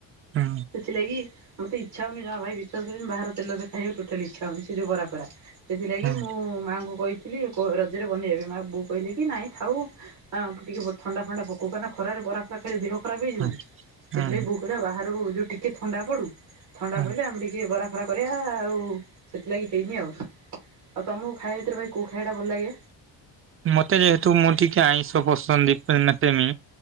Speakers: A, on the right (about 30°); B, on the right (about 85°).
A: ହୁଁ
B: ସେଥିଲାଗି ମତେ ଇଛା ହଉନି ଜମା ଭାଇ ବିଶ୍ୱାସ କରିବନି ବାହାର ତେଲ ଖାଇବାକୁ ଟୋଟାଲି ଇଛା ହଉନି ସେଇ ଯୋଉ ବରାପରା। ସେଥିଲାଗି
A: ହୁଁ
B: ମୁଁ ମାଆଙ୍କୁ କହିଥିଲି, ରଜରେ ବନେଇବାକୁ ମା, ବୋଉ କହିଲେ କି ନାଇଁ ଥାଉ। ହଁ ଟିକେ ଥଣ୍ଡା ଫଣ୍ଡା ପକାଉ କାରନ ଖରାରେ ବରା ଫରା ଖାଇଲେ ଦେହ ଖରାପ ହେଇଯିବନି।
A: ହୁଁ
B: ସେଥିଲାଗି
A: ହୁଁ
B: ବୋଉ କହିଲା, ବାହାରୁ ଯେଉଁ ଟିକିଏ ଥଣ୍ଡା ପଡ଼ୁ ଥଣ୍ଡା
A: ହୁଁ।
B: ପଡ଼ିଲେ ଆମେ ଟିକେ ବରାଫରା କରିବା ଆଉ ସେଥିଲାଗି ହେଇନି ଆଉ, ଆଉ ତମକୁ ଖାଇବା ଭିତରେ ଭାଇ କୋଉ ଖାଇବାଟା ଭଲ ଲାଗେ?
A: ମତେ ଯେହେତୁ, ମୁଁ ଟିକେ ଆଇଁଷ ପସନ୍ଦ ପ୍ରେମୀ